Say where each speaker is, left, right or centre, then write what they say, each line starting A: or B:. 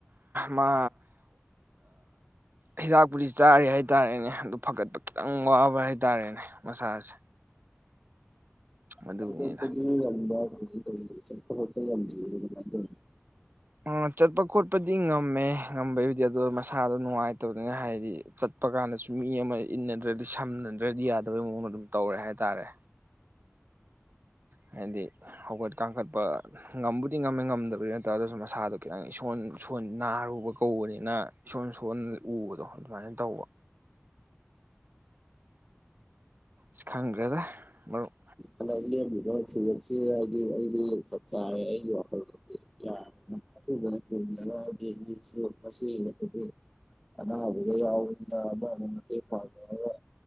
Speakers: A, on the right; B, in the centre.
A: ꯃꯥ ꯍꯤꯗꯥꯛꯄꯨꯗꯤ ꯆꯥꯔꯤ ꯍꯥꯏ ꯇꯥꯔꯦꯅꯦ ꯑꯗꯨ ꯐꯒꯠꯄ ꯈꯤꯇꯪ ꯋꯥꯕ ꯍꯥꯏ ꯇꯥꯔꯦꯅꯦ ꯃꯁꯥꯁꯦ
B: <unintelligible>
A: ꯑꯗꯨꯒꯤꯅꯤꯗ
B: <unintelligible>
A: ꯑ ꯆꯠꯄ ꯈꯣꯠꯄꯗꯤ ꯉꯝꯃꯦ ꯉꯝꯕꯩꯕꯨꯗꯤ ꯑꯗꯨ ꯃꯁꯥꯗ ꯅꯨꯡꯉꯥꯏꯇꯕꯅꯤꯅ ꯍꯥꯏꯗꯤ ꯆꯠꯄ ꯀꯥꯟꯗꯁꯨ ꯃꯤ ꯑꯃ ꯏꯟꯅꯗ꯭ꯔꯗꯤ ꯁꯝꯅꯗ꯭ꯔꯗꯤ ꯌꯥꯗꯕꯩ ꯃꯑꯣꯡ ꯑꯃ ꯑꯗꯨꯝ ꯇꯧꯔꯦ ꯍꯥꯏ ꯇꯔꯦ꯫ ꯍꯥꯏꯗꯤ ꯍꯧꯒꯠ ꯀꯥꯡꯈꯠꯄ ꯉꯝꯕꯨꯗꯤ ꯉꯝꯃꯦ ꯉꯝꯗꯕꯗꯤ ꯅꯠꯇ꯭ꯔ ꯑꯗꯨꯁꯨ ꯃꯁꯥꯗꯣ ꯈꯤꯇꯪ ꯏꯁꯣꯟ ꯅꯥꯔꯨꯕ ꯀꯧꯕꯅꯤꯅ ꯏꯁꯣꯟ ꯁꯣꯟ ꯎꯕꯗꯣ ꯑꯗꯨꯃꯥꯏꯅ ꯇꯧꯕ꯫ <inaudible> ꯈꯥꯪ ꯗꯔ꯭ꯦꯗꯥ ꯃꯔꯨꯞ꯫
B: ꯍꯟꯗꯛ ꯂꯦꯝꯃꯤꯕ ꯐꯤꯖꯞꯁꯤ ꯍꯥꯏꯗꯤ ꯑꯩꯗꯤ ꯆꯥꯛ ꯆꯥꯔꯦ ꯑꯩꯒꯤ ꯋꯥꯈꯜꯗꯨꯗꯤ ꯑꯊꯨꯕꯅ ꯊꯗꯔ ꯍꯥꯏꯗꯤ ꯃꯤꯁꯨ ꯃꯁꯤꯛꯇꯗꯤ ꯑꯅꯥꯕꯒ ꯌꯥꯎꯕꯅ ꯑꯃꯅ ꯃꯇꯦꯡ ꯄꯥꯡꯅꯔꯒ